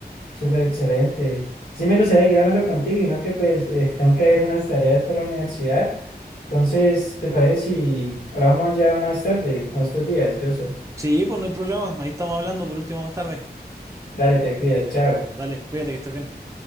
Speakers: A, on the left; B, on the right.
A: súper excelente. Sí, me gustaría seguir hablando contigo y no que pues eh, <laughs> tengo que hacer unas tareas para la universidad. Entonces, ¿te parece si hablamos ya más tarde o estos días, Yo soy
B: Sí, pues no hay problema. Ahí estamos hablando por último más tarde.
A: Dale, te cuidas, chao.
B: Dale, cuídate que estés bien.